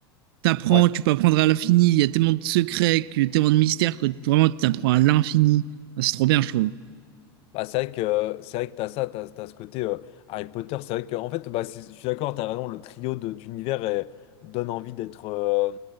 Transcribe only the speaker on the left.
Ouais.
Bah, c'est vrai que euh, c'est vrai que t'as ça, t'as, t'as ce côté euh, Harry Potter. C'est vrai que en fait, bah, c'est- je suis d'accord, t'as raison. Le trio de- d'univers est- donne envie d'être euh,